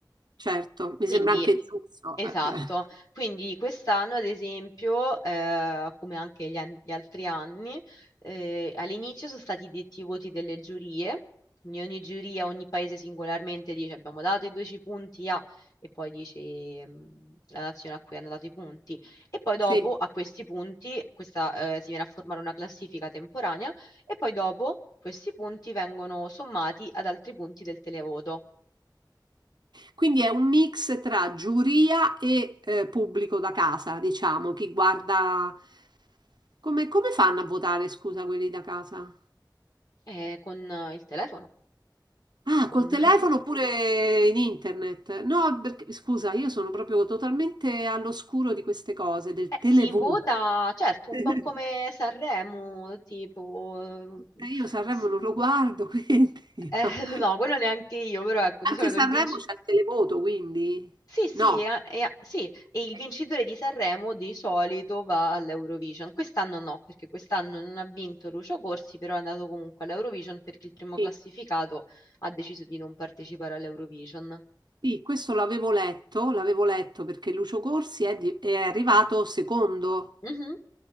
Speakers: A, on the right; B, on the left.
A: certo, mi
B: Quindi,
A: sembra anche giusto.
B: esatto,
A: Eh, <laughs>
B: quindi quest'anno ad esempio, eh, come anche gli, an- gli altri anni, eh, all'inizio sono stati detti i voti delle giurie, quindi ogni giuria, ogni paese singolarmente dice abbiamo dato i 12 punti a, e poi dice ehm, la nazione a cui hanno dato i punti, e poi dopo
A: Sì.
B: a questi punti questa, eh, si viene a formare una classifica temporanea e poi dopo questi punti vengono sommati ad altri punti del televoto,
A: Quindi è un mix tra giuria e eh, pubblico da casa, diciamo, chi guarda Come, come fanno a votare, scusa, quelli da casa?
B: eh, con eh, il telefono
A: Ah,
B: con
A: col telefono oppure in internet? No, perché, scusa, io sono proprio totalmente all'oscuro di queste cose, del
B: Eh,
A: televoto.
B: si vota, certo,
A: <laughs>
B: un po' come Sanremo, tipo...
A: Eh, io Sanremo
B: s-
A: non lo guardo, <laughs> quindi
B: eh,
A: no.
B: <laughs> no, quello neanche io, però ecco, di
A: Anche
B: solito
A: Sanremo
B: il vincitore...
A: c'è il televoto, quindi
B: Sì, sì,
A: no.
B: eh, eh, sì, e
A: Ok,
B: il vincitore di Sanremo di solito va all'Eurovision. Quest'anno no, perché quest'anno non ha vinto Lucio Corsi, però è andato comunque all'Eurovision perché il primo
A: Sì,
B: classificato ha deciso di non partecipare all'Eurovision.
A: sì, questo l'avevo letto, l'avevo letto perché Lucio Corsi è, di- è arrivato secondo
B: Mhm,